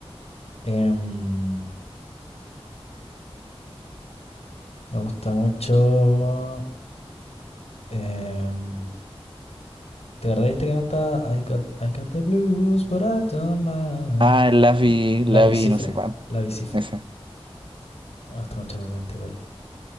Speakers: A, on the left; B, on the right.
A: Em, me gusta mucho. em, ¿te acordás de este que canta I got, I got the blues, but I don't mind?
B: Ah, el Lavi,
A: El- La
B: Lavi,
A: Bicifre.
B: no sé cuánto.
A: La Bicifre.
B: Ese.
A: Me mucho que cante igual.